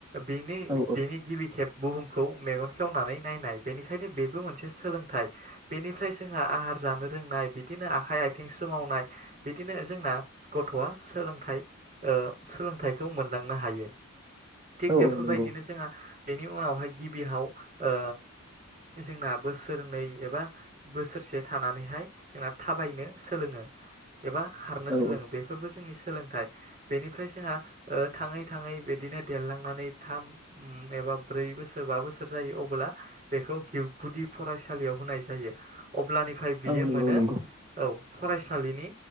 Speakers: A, on the right (about 35°); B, on the right (about 20°).
A: बेनि-बेनि
B: औ
A: गिबि खेब बुहुमखौ मेगन खेवनानै नायनाय बेनिखायनो बेबो मोनसे सोलोंथाइ बेनिफ्राय जोंहा आहार जानो रोंनाय बिदिनो आखाय आथिं सोमावनाय बिदिनो जोंना गथ'आ सोलोंथाइ ओ सोलोंथाइखौ मोनलांनो हायो। थिग
B: औ
A: बेफोरबायदिनो
B: औ नंगौ
A: जोंहा बेनि उनावहाय गिबिहाव ओ जोंना बोसोरनै एबा बोसोरसे थानानैहाय जोंना थाबायनो सोलोङो। एबा खारनो
B: औ
A: सोलोङो बेफोरबो जोंनि सोलोंथाइ बेनिफ्राय जोंहा ओ थाङै थाङै बेदिनो देरलांनानै थाम उम ए बा ब्रै बोसोर बा बोसोर जायो अब्ला बेखौ गिव गुदि फरायसालियाव होनाय जायो। अब्लानिफाय बियो
B: औ नंगौ
A: मोनो
B: नंगौ
A: औ फरायसालिनि